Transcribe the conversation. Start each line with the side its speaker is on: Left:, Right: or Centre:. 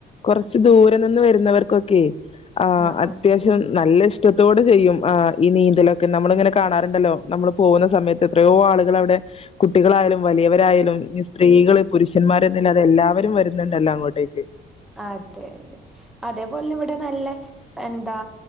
Left: കൊർച്ച്
Centre: ആ
Left: ദൂരെ നിന്ന് വര്ന്നവർക്കൊക്കേ ആഹ്
Centre: ആ
Left: അത്യാവ്ശ്
Centre: ആ
Left: നല്ല ഇഷ്ടത്തോടെ ചെയ്യും ആഹ് ഈ നീന്തലൊക്കെ നമ്മള്ങ്ങെനെ കാണാറ്ണ്ടല്ലോ നമ്മള് പോവുന്ന സമയത്ത് ത്രെയോ ആള്കളവ്ടെ കുട്ടികളായാലും വലിയവരായാലും ഇനി സ്ത്രീകള് പുരുഷന്മാര് എന്ന്ല്ലാതെ എല്ലാവെരും വര്ന്ന്ണ്ടല്ലാേ അങ്ങോ ട്ടേക്ക്
Centre: അതെ അതേപോലെന്നെ ഇവിടെ നല്ല എന്താ